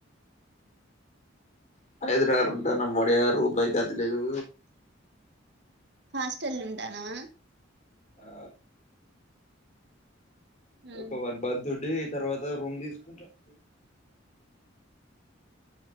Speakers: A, on the left; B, on the right.
A: హైదరాబాద్ ల ఉంటాన ఒడియా రూపాయి గతి లేదు
B: హాస్టల్ల ఉంటానవా
A: ఆ
B: ఉహు
A: ఒక వన్ మంత్ ఉండి తర్వాత రూమ్ తీసుకుంటా <inaudible>